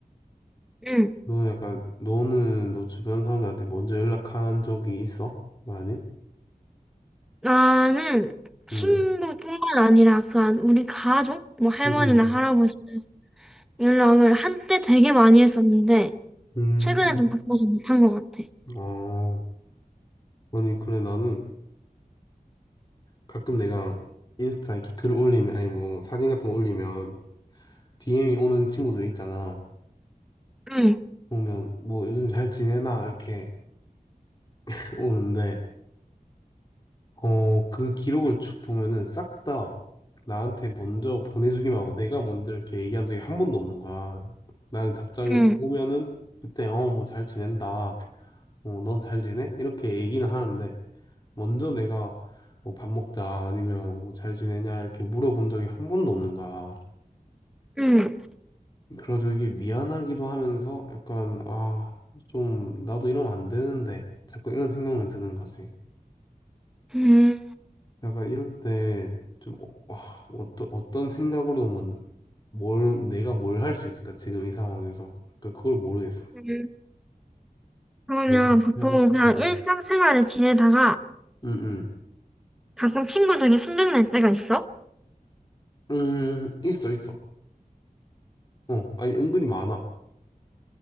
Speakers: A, in the centre; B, on the left.
A: 응.
B: 너는 약간, 너는 너 주변 사람들한테 먼저 연락한 적이 있어? 많이?
A: 나는 친구뿐만
B: 응,
A: 아니라 그 안- 우리 가족, 뭐 할머니나
B: 응, 응.
A: 할아버지 연락을 한때 되게 많이 했었는데
B: 음,
A: 최근에 좀 바빠서 못한 것 같아.
B: 아, 아니, 그래, 나는 가끔 내가 인스타 이렇게 글 올리면, 아니, 뭐, 사진 같은 거 올리면 DM이 오는 친구들 있잖아.
A: 응,
B: 보면, 뭐, 요즘 잘 지내나? 이렇게 <laughs> 오는데, 어, 그 기록을 쭉 보면은 싹 다 나한테 먼저 보내주기만 하고 내가 먼저 이렇게 얘기한 적이 한 번도 없는 거야. 나는 답장이
A: 응,
B: 오면은 그때 어, 뭐 잘 지낸다. 어, 넌 잘 지내? 이렇게 얘기는 하는데 먼저 내가 뭐 밥 먹자 아니면 뭐 잘 지내냐 이렇게 물어본 적이 한 번도 없는 거야.
A: 응,
B: 그래서 이게 미안하기도 하면서 약간 아, 좀 나도 이러면 안 되는데 자꾸 이런 생각만 드는 거지.
A: 응.
B: 약간 이럴 때 좀 어떤 어떤 생각으로 뭐, 뭘 내가 뭘 할 수 있을까 지금 이 상황에서 약간 그걸 모르겠어.
A: 응. 그러면
B: 뭐
A: 보통
B: 해야 될까?
A: 그냥
B: 어,
A: 일상생활을
B: 어.
A: 지내다가
B: 응,
A: 가끔 친구들이 생각날 때가 있어?
B: 응, 음 있어 있어. 어 아니 은근히 많아.